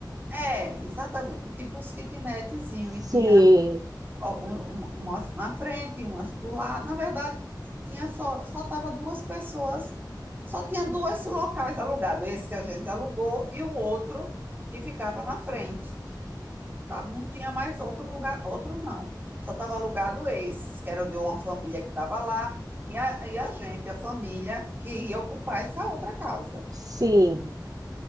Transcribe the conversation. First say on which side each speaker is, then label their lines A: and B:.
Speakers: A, on the right; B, on the right.
A: É, exatamente, tipo uns kitnetzinhos,
B: Sim.
A: e tinha algum- um- um, umas na frente, umas do lado. Na verdade, tinha só só tava duas pessoas, só tinha dois locais alugados, esse que a gente alugou e o outro que ficava na frente, sabe? Não tinha mais outro lugar, outro não. Só estava
B: S-
A: alugado esses, que era de uma família que estava lá e a, e a gente, a família que ia ocupar essa outra casa.
B: Sim.